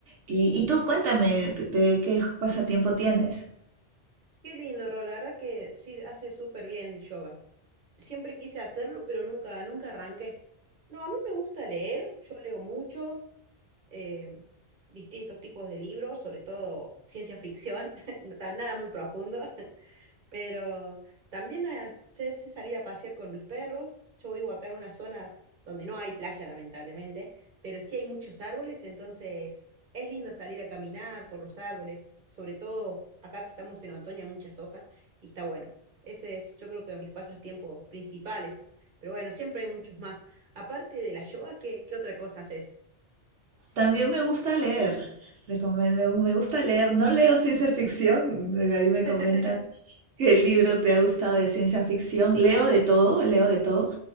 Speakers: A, on the right; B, on the right.
A: Y, y tú cuéntame, ¿de de qué pasatiempo tienes?
B: Qué lindo, Ro, la verdad que sí hace súper bien el yoga. Siempre quise hacerlo, pero nunca, nunca arranqué. No, a mí me gusta leer, yo leo mucho, eh, distintos tipos de libros, sobre todo ciencia ficción, <laughs> no tan- nada muy profundo. <laughs> Pero también eh, sé, sé salir a pasear con mis perros. Yo vivo acá en una zona donde no hay playa, lamentablemente, pero sí hay muchos árboles, entonces es lindo salir a caminar por los árboles, sobre todo acá que estamos en otoño, hay muchas hojas y está bueno. Ese es, yo creo que mis pasatiempos principales. Pero bueno, siempre hay muchos más. Aparte de la yoga, ¿qué, qué otra cosa haces?
A: También me gusta leer. Te comen- Me me gusta leer. No leo ciencia ficción. <laughs> Ahí me
B: <laughs>
A: comentas qué libro te ha gustado de ciencia ficción. Leo de todo, leo de todo.